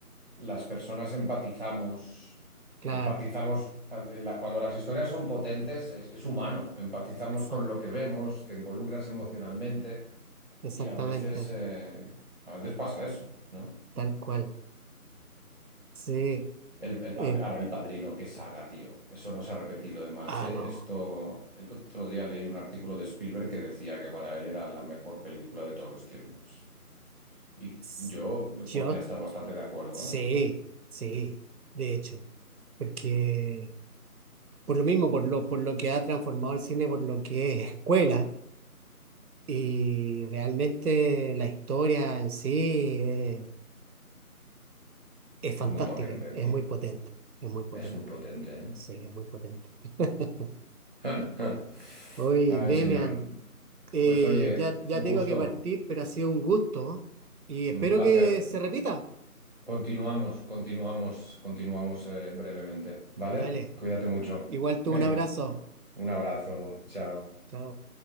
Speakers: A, on the right; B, on the right.
A: las personas empatizamos,
B: claro,
A: empatizamos, eh, la- cuando las historias son potentes, es, es humano, empatizamos
B: exact-
A: con lo que vemos, te involucras emocionalmente
B: exactamente,
A: y a veces, eh, a veces pasa eso, ¿no?
B: tal cual. Sí.
A: El, el
B: eh,
A: padre, ahora el padrino, qué saga, tío. Eso no se ha repetido de más,
B: ah,
A: ¿eh?
B: no.
A: Esto, el otro día leí un artículo de Spielberg que decía que para él era la mejor película de todos los tiempos. Y
B: S-
A: yo
B: Yo
A: podría estar bastante de acuerdo,
B: Sí,
A: ¿eh?
B: sí, de hecho, porque por lo mismo, por lo, por lo que ha transformado el cine, por lo que es escuela, y realmente la historia en sí es, es fantástica,
A: Es muy potente,
B: es
A: tío.
B: muy potente, es muy potente,
A: Es muy potente, ¿eh?
B: sí, es muy potente. <laughs>
A: <laughs>
B: Oye,
A: Ay,
B: Demian,
A: señor.
B: eh,
A: Pues oye,
B: ya, ya
A: un
B: tengo
A: gusto,
B: que partir, pero ha sido un gusto y espero
A: un placer.
B: que se repita.
A: Continuamos, continuamos, continuamos eh, brevemente, ¿vale?
B: Dale,
A: Cuídate mucho.
B: igual
A: Venga,
B: tú un abrazo,
A: un abrazo, chao.
B: chao.